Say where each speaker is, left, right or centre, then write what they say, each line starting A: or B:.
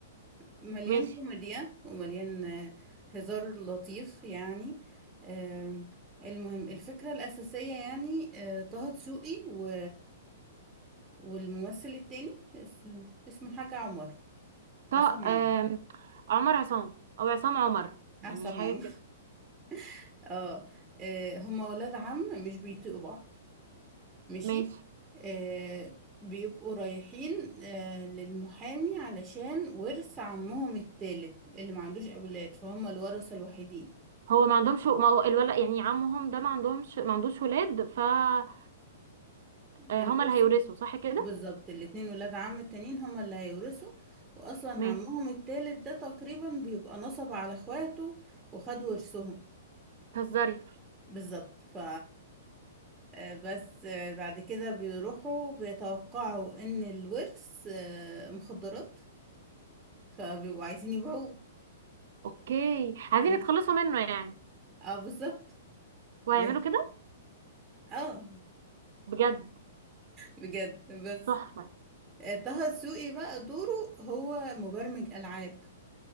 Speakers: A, on the right; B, on the right.
A: مليان
B: ماشي
A: كوميديا ومليان آه، هزار لطيف يعني آم، المهم الفكرة الأساسية يعني آه، طه دسوقي و... والممثل التاني اسمه اسمه حاجة عمر
B: طه
A: عصام عمر
B: آم، عمر عصام او عصام عمر يعني
A: عصام
B: حاجه
A: عمر
B: كده
A: <laughs> اه آه، هما ولاد عم مش بيطيقوا بعض ماشي
B: ماشي
A: آه، بيبقوا رايحين آه، للمحامي علشان ورث عمهم التالت اللي ما عندوش أولاد فهم الورثة الوحيدين
B: هو ما عندهمش ما هو الولد يعني عمهم ده ما عندهمش ما عندوش ولاد ف آه، هما
A: الورث
B: اللي هيورثوا صح كده
A: بالظبط الاتنين ولاد عم التانيين هما اللي هيورثوا واصلا
B: ماشي
A: عمهم التالت ده تقريبا بيبقى نصب على اخواته وخد ورثهم
B: تهزري
A: بالظبط ف آه، بس آه، بعد كده بيروحوا بيتوقعوا ان الورث آه، مخدرات فبيبقوا عايزين يبيعوه
B: اوكي عايزين
A: ماشي
B: يتخلصوا منه يعني
A: اه بالظبط
B: وهيعملوا
A: ماشي
B: كده
A: اه
B: بجد
A: بجد بس
B: تحفه
A: آه، طه دسوقي بقى دوره هو مبرمج العاب